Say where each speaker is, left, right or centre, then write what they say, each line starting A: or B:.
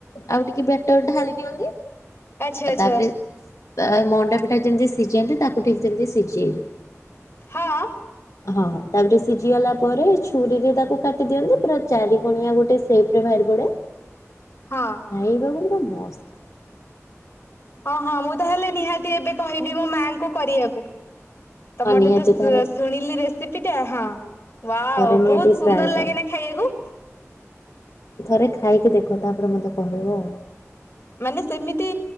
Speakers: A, on the left (about 85°); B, on the left (about 45°).
A: ଆଉ ଟିକେ ବ୍ୟାଟର ଢାଲି ଦିଅନ୍ତି।
B: ଆଚ୍ଛା
A: ଆଉ
B: ଆଚ୍ଛା
A: ତାପରେ ଅ ମଣ୍ଡାପିଠାକୁ ଯେମିତି ସିଝାନ୍ତି ତାକୁ ଠିକ ଯେମିତି ସିଝେଇବେ।
B: ହଁ।
A: ହଁ ତାପରେ ସିଝି ଗଲା ପରେ ଛୁରୀରେ ତାକୁ କାଟି ଦିଅନ୍ତି ପୁରା ଚାରି କଣିଆ ଗୋଟେ ସେଫ୍ ରେ ବାହାରି ପଡ଼େ।
B: ହଁ।
A: ଖାଇବାକୁ ପୁରା ମସ୍ତ।
B: ହଁ ହଁ ମୁଁ ତାହାଲେ ନିହାତି ଏବେ କହିବି ମୋ ମାଇଁ ଙ୍କୁ କରିବାକୁ। ତମଠି
A: ହଁ ନିହାତି
B: ତ ଶୁ
A: ଥରେ
B: ଶୁଣିଲି ରେସିପି ଟା ହଁ। ବା
A: ଥରେ ନିହାତି
B: ବହୁତ ସୁନ୍ଦର
A: ଟ୍ରାଏ କର
B: ଲାଗେନା ଖାଇବାକୁ।
A: ଥରେ ଖାଇକି ଦେଖ ତାପରେ ମୋତେ କହିବ ଆଉ।
B: ମାନେ ସେମିତି